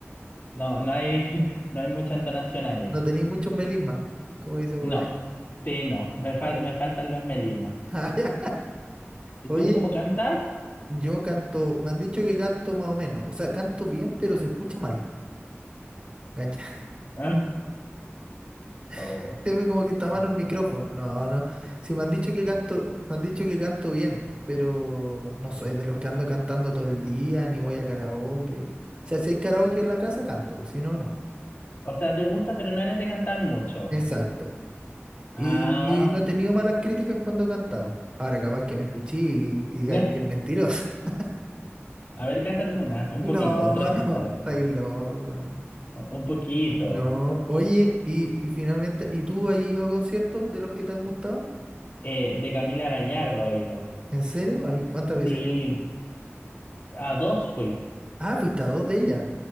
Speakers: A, on the left; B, on the right.
A: No, no hay, <laughs> no hay mucha entonación ahí.
B: no tenéis muchos melismas, como dice por
A: No,
B: ahí. <laughs>
A: sí, no. Me fal- me faltan los melismas.
B: Ah, ya.
A: ¿Y
B: Oye,
A: tú cómo cantas?
B: Yo canto, me han dicho que canto más o menos. O sea, canto bien, pero se escucha mal. ¿Cachai?
A: Ah, oh,
B: <laughs> Se ve como que está malo
A: <laughs>
B: el micrófono. No, no. Si me han dicho que canto, me han dicho que canto bien, pero no soy de los que ando cantando todo el día, ni voy a karaoke. O sea, si hay karaoke en la casa, canto, si no, no.
A: O sea, te gusta, pero no eres de cantar mucho.
B: Exacto.
A: Ah,
B: Y, y no he tenido malas críticas cuando he cantado. Ahora capaz que me escuché y, y digáis
A: <laughs>
B: que es mentiroso. <laughs>
A: a ver, cántate una, un
B: No,
A: poquito, un trocito,
B: no, estáis loco, no.
A: un poquito.
B: No, oye, y, y finalmente, ¿y tú has ido a conciertos de los que te han gustado?
A: Eh, de Camila Gallardo, digo.
B: ¿En serio? Ay, ¿cuántas veces
A: Sí,
B: has ido?
A: a dos fui.
B: Ah, fuiste a dos de ellas.